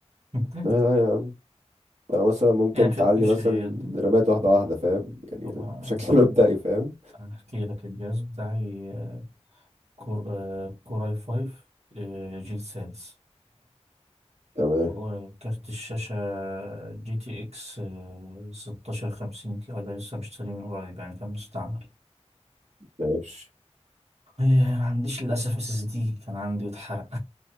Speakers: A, on the right; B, on the right.
A: <laughs>
B: لا لا يا عم يعني مثلا ممكن
A: يعني
B: تعلي
A: مش
B: مثلا
A: مش يدي
B: رمات واحدة واحدة فاهم يعني
A: طب آه،
B: بشكل <laughs> مبدئي فاهم
A: أحكي لك الجهاز بتاعي آه، كور آه، كور اي 5 آه، جيل سادس
B: تمام
A: وكارت الشاشة جي تي اكس آه، ستاشر خمسين كده ده لسه مشتريه من قريب يعني كان مستعمل
B: ماشي
A: إيه، ما عنديش للأسف اس اس دي كان عندي واتحرق